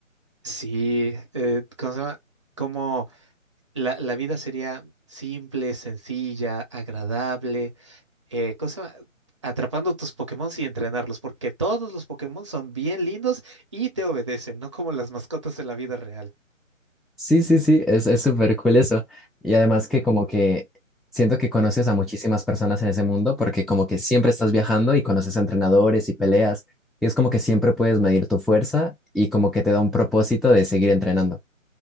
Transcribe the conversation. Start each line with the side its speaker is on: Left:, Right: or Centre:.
Right: Sí, eh, ¿cómo se llama? Como la, la vida sería simple, sencilla, agradable, eh, ¿cómo se llama? Atrapando tus Pokémon y entrenarlos, porque todos los Pokémon son bien lindos y te obedecen, no como las mascotas de la vida real.
Centre: Sí, sí, sí, es, es súper cool eso. Y además que como que siento que conoces a muchísimas personas en ese mundo porque como que siempre estás viajando y conoces a entrenadores y peleas. Y es como que siempre puedes medir tu fuerza y como que te da un propósito de seguir entrenando.